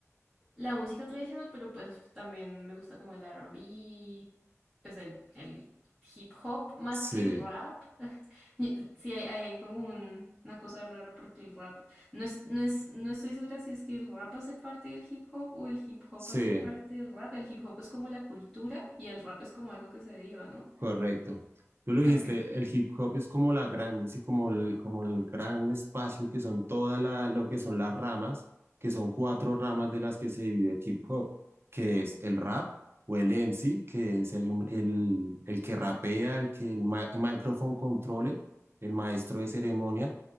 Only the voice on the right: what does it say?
sí,
sí,
Correcto. Tú lo dijiste,
el hip hop es como la grande, sí, como el, como el gran espacio que son todas la, lo que son las ramas, que son cuatro ramas de las que se divide el hip hop, que es el rap o el MC, que es el, el, el que rapea, el que el, ma- el microphone controller, el maestro de ceremonia.